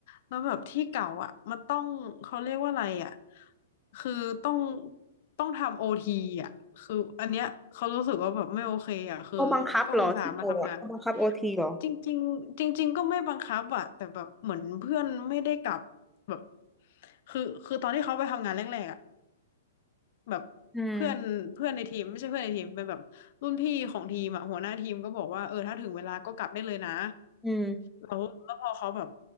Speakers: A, on the left (about 55°); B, in the centre.
A: แล้วแบบที่เก่าอ่ะมันต้องเขาเรียกว่าอะไรอ่ะคือต้องต้องทำโอทีอ่ะคืออันเนี้ยเขารู้สึกว่าแบบไม่โอเคอ่ะคือก็อุตส่าห์มาทำงาน
B: เขาบังคับเหรอที่เราอ่ะเขาบังคับโอทีเหรอ
A: จริงๆจริงๆก็ไม่บังคับอ่ะแต่แบบเหมือนเพื่อนไม่ได้กลับแบบคือคือตอนที่เขาไปทำงานแรกๆอ่ะ แบบ
B: อืม
A: เพื่อนเพื่อนในทีมไม่ใช่เพื่อนในทีมเป็นแบบรุ่นพี่ของทีมอ่ะหัวหน้าทีมก็บอกว่าเออถ้าถึงเวลาก็กลับได้เลยนะ
B: อืม
A: แล้วแล้วพอเขาแบบ